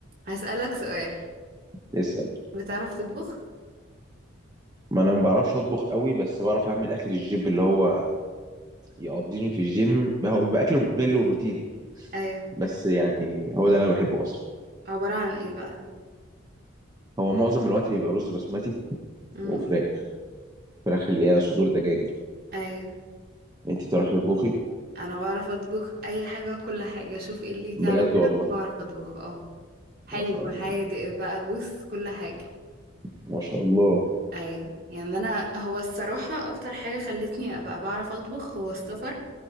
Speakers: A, on the right; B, on the right.
A: هسألك سؤال
B: اسأل
A: بتعرف تطبخ؟
B: ما انا ما بعرفش اطبخ قوي بس بعرف اعمل اكل الجيم اللي هو يقضيني في الجيم هو بيبقى اكل ممل وروتيني
A: ايوه
B: بس يعني هو ده اللي انا بحبه اصلا
A: عبارة عن ايه بقى؟
B: هو معظم الوقت بيبقى رز بسمتي
A: امم
B: وفراخ فراخ اللي هي صدور دجاج دي
A: ايوه
B: انت بتعرفي تطبخي
A: انا بعرف اطبخ اي حاجة وكل حاجة شوف ايه اللي يجي
B: بجد
A: على بالك
B: والله
A: وبعرف اطبخه اه حلو
B: ما شاء الله
A: حادق بقى بص كل حاجة
B: ما شاء الله
A: ايوه يعني انا هو الصراحة اكتر حاجة خلتني ابقى بعرف اطبخ هو السفر